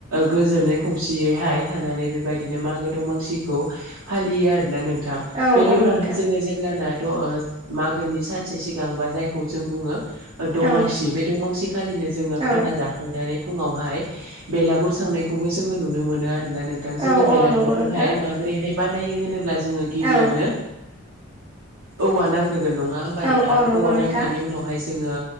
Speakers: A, on the right; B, on the right.
A: गोजोनै खौसेयैहाय थानानै बेबायदिनो मागो दमासिखौ फालियो आर ना नों
B: औ
A: बेनि
B: औ
A: उनावहाय
B: नोंथां
A: जोङो जेब्लाना मागोनि सानसे सिगां बा जायखौ जों बुङो दमांसि
B: औ
A: बे दमांसि खालिनो जोङो
B: औ
A: खाना जाखांनानै फुङावहाय बेलागुर सावनायखौबो जोङो नुनो मोनो आरोना नोंथां जोङो
B: औ
A: बेलागुरखौहाय
B: औ नंगौ नोंथां
A: माबोरैहाय बानायो होनोब्ला जोङो गिबियावनो
B: औ
A: औवा नांग्रो नङा होमबा
B: औ
A: नोंथां
B: औ नंगौ
A: औवा
B: नोंथां
A: नांनायनि उनावहाय जोङो